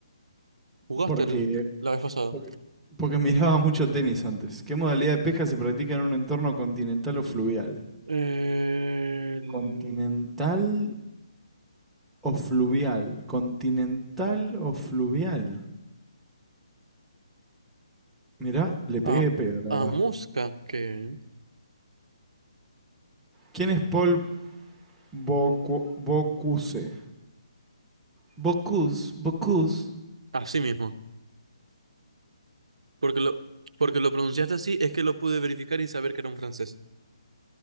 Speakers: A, on the right; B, in the centre.
A: ¿Jugaste
B: Porque,
A: el- la vez pasada?
B: porque, porque <laughs> miraba mucho tenis antes. ¿Qué modalidad de pesca se practica en un entorno continental o fluvial?
A: El...
B: Continental o fluvial. Continental o fluvial. Mirá, le
A: A,
B: pegué de pedo, la
A: a
B: verdad.
A: Mosca, que...
B: ¿Quién es Paul Bocu- Bocuse. Bocuse, Bocuse.
A: Así mismo. Porque lo, porque lo pronunciaste así, es que lo pude verificar y saber que era un francés.